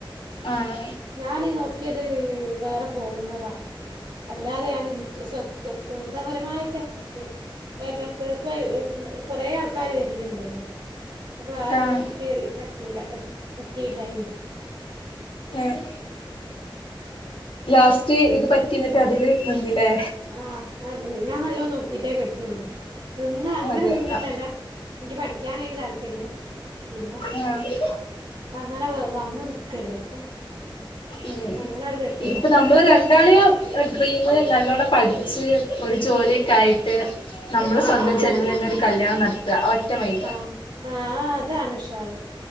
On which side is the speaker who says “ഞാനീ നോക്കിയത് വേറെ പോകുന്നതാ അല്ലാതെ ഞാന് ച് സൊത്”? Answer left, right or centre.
Right